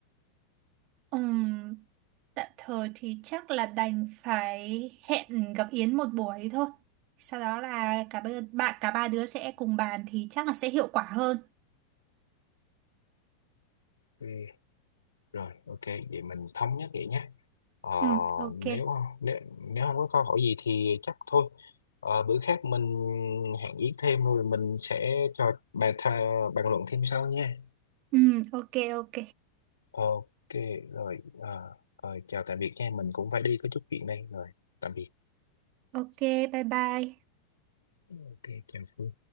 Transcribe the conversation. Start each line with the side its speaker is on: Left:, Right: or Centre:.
Right: Ừm, tạm thời thì chắc là đành phải hẹn gặp Yến một buổi thôi. Sau đó là cả ba, ba cả ba đứa sẽ cùng bàn thì chắc là sẽ hiệu quả hơn.
Left: Ừ, Rồi, ok, vậy mình thống nhất vậy nhé. Ờ,
Right: Ừ, ok.
Left: nếu nếu nếu không có câu hỏi gì thì chắc thôi. Ờ, bữa khác mình hẹn Yến thêm rồi mình sẽ cho bàn tha, bàn luận thêm sau nha.
Right: Ừ, ok, ok.
Left: Ok, rồi, ờ, ờ, chào tạm biệt nha. Mình cũng phải đi có chút chuyện đây. Rồi, tạm biệt.
Right: Ok, bye bye.
Left: Ok, chào Phương.